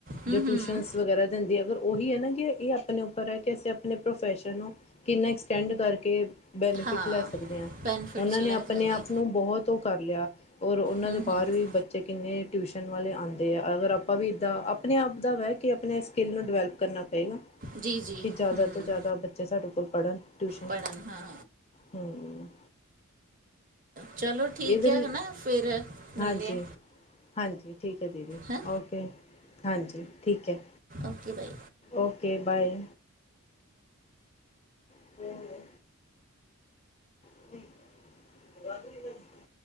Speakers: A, on the right; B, on the left.
A: ਹੂੰ
B: ਜੋ
A: ਹੂੰ
B: ਟਿਊਸ਼ਨ ਵਗੈਰਾ ਦਿੰਦੀ ਐ, ਅਗਰ ਓਹੀ ਐ ਨਾ ਕਿ ਏਹ ਆਪਨੇ ਉੱਪਰ ਐ ਕਿ ਅਸੀਂ ਆਪਣੇ ਪ੍ਰੋਫੈਸ਼ਨ ਨੂੰ ਕਿੰਨਾ, ਐਕਸਟੈਂਡ ਕਰਕੇ ਬੈਨੀਫਿਟ
A: ਹਾਂ
B: ਲੈ ਸਕਦੇ ਆਂ।
A: ਬੈਨੀਫਿਟਸ
B: ਉਨਾਂ
A: ਲੈ
B: ਨੇ ਆਪਨੇ
A: ਸਕਦੇ
B: ਆਪ ਨੂੰ ਬਹੁਤ ਓ ਕਰ ਲਿਆ ਔਰ ਉਨਾਂ
A: ਹੂੰ
B: ਦੇ ਬਾਹਰ
A: ਹੂੰ
B: ਵੀ ਬੱਚੇ ਕਿੰਨੇ ਟਿਊਸ਼ਨ ਵਾਲੇ ਆਂਦੇ ਆ, ਅਗਰ ਆਪਾਂ ਵੀ ਇੱਦਾਂ ਆਪਨੇ ਆਪ ਦਾ ਵੇ ਕੇ ਆਪਨੇ ਸਕਿੱਲ ਨੂੰ ਡਿਵੈਲਪ ਕਰਨਾ ਪਏਗਾ
A: ਜੀ ਜੀ
B: ਕਿ, ਜਾਦਾ
A: ਹੂੰ
B: ਤੋਂ ਜਾਦਾ ਬੱਚੇ ਸਾਡੇ ਕੋਲ ਪੜ੍ਹਨ ਟਿਊਸ਼ਨ,
A: ਪੜਨ ਹਾਂ
B: ਹੂੰ।
A: ਚਲੋ ਠੀਕ
B: ਇਹਦੇ
A: ਐ, ਹੈਨਾ ਫਿਰ ਮਿਲਦੇ
B: ਹਾਂਜੀ
A: ਆ।
B: ਹਾਂਜੀ ਠੀਕ ਐ ਦੀਦੀ,
A: ਹਾਂ
B: ਓਕੇ, ਹਾਂਜੀ ਠੀਕ ਹੈ।
A: ਓਕੇ-ਬਾਏ।
B: ਓਕੇ-ਬਾਏ। <unintelligible> <unintelligible>